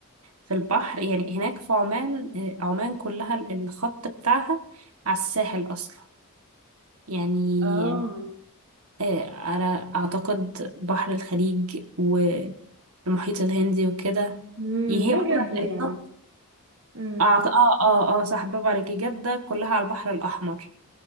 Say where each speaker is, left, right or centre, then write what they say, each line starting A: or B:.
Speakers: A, on the right; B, on the right.
A: في البحر يعني هناك في عمان آه، عمان كلها الخط بتاعها على الساحل أصلا يعني
B: <laughs> اه
A: آه، أنا أعتقد بحر الخليج والمحيط الهندي وكده
B: امم
A: هي
B: ده
A: واخدة
B: جد يعني امم
A: اه اه اه اه صح برافو عليكي جدة كلها على البحر الأحمر